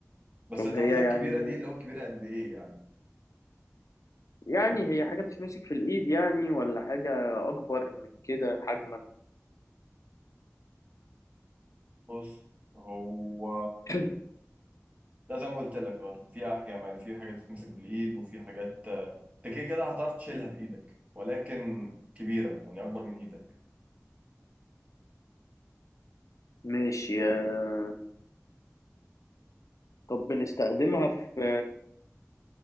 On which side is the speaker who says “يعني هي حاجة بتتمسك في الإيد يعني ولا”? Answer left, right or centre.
Left